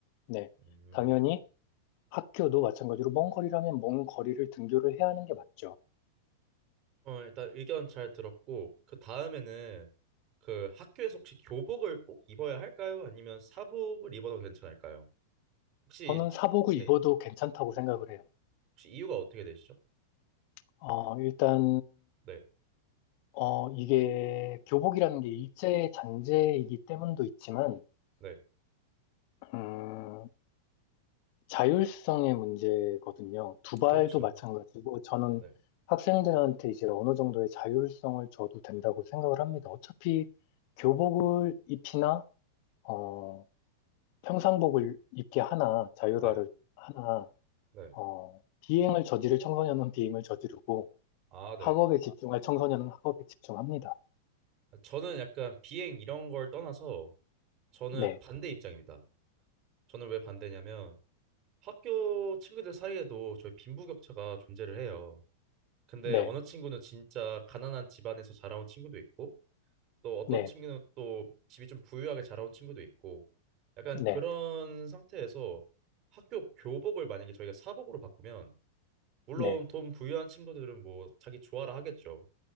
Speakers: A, on the left; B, on the right.
A: 네.
B: 음.
A: 당연히 학교도 마찬가지로 먼 거리라면 먼 거리를 등교를 해야 하는 게 맞죠.
B: 그럼 일단 의견 잘 들었고, 그 다음에는 그 학교에서 혹시 교복을 꼭 입어야 할까요? 아니면 사복을 입어도 괜찮을까요? 혹시,
A: 저는 사복을 입어도
B: 네.
A: 괜찮다고 생각을 해요.
B: 혹시 이유가 어떻게 되시죠?
A: 어, 일단,
B: 네,
A: 어, 이게 교복이라는 게 일제 잔재이기 때문도 있지만,
B: 네.
A: 음, 자율성의 문제거든요. 두발도
B: 그렇죠.
A: 마찬가지고, 저는
B: 네,
A: 학생들한테 이제 어느 정도의 자율성을 줘도 된다고 생각을 합니다. 어차피 교복을 입히나, 어, 평상복을 입게 하나, 자율화를
B: 네,
A: 하나,
B: 네.
A: 어, 비행을 저지를 청소년은 비행을 저지르고,
B: 아, 네.
A: 학업에 집중할 청소년은 학업에 집중합니다.
B: 저는 약간 비행 이런 걸 떠나서 저는
A: 네,
B: 반대 입장입니다. 저는 왜 반대냐면 학교 친구들 사이에도 저희 빈부격차가 존재를 해요. 근데
A: 네.
B: 어느 친구는 진짜 가난한 집안에서 자라온 친구도 있고 또 어떤
A: 네.
B: 친구는 또 집이 좀 부유하게 자라온 친구도 있고 약간
A: 네,
B: 그런 상태에서 학교 교복을 만약에 저희가 사복으로 바꾸면 물론
A: 네.
B: 돈 부유한 친구들은 뭐 자기 좋아라 하겠죠.